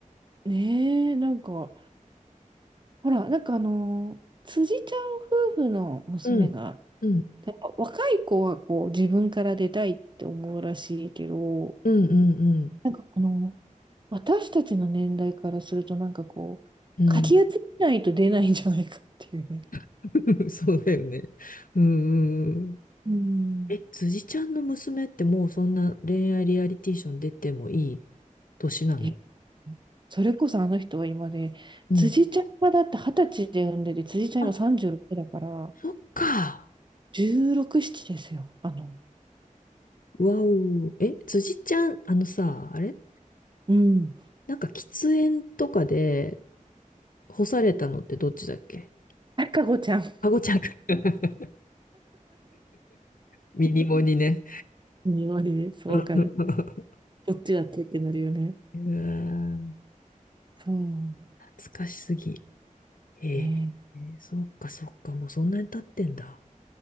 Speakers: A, on the right; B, on the left.
A: ねえ、なんか、ほら、なんかあの、辻ちゃん夫婦の娘が、
B: うん、うん、
A: なんか若い子はこう自分から出たいって思うらしいけど、
B: うん、うん、
A: なんかこの、私たちの年代からすると、なんかこう、
B: うん。
A: かき集めないと出ないんじゃないかっていうね。
B: うん <laughs> そうだよね。うん、うん
A: うん。
B: え、辻ちゃんの娘ってもうそんな恋愛リアリティショー出てもいい年なの
A: えそれこそあの人は今で、
B: うん。
A: 辻ちゃんはだって二十歳で産んでて、辻ちゃん今36だから、
B: あ、そっか。
A: 16、7ですよ。あの、
B: わお。え、辻ちゃん、あのさ、あれ
A: うん。
B: なんか喫煙とかで干されたのってどっちだっけ
A: 赤子ちゃん
B: かごちゃんか。<laughs> ミニモにね。
A: に言われる。そう、
B: <laughs> うわ
A: わかる。こっちだってってなるよね。
B: ー
A: そう。
B: 懐かしすぎ。へえ、
A: ね。
B: ー、そっかそっか、もうそんなに経ってんだ。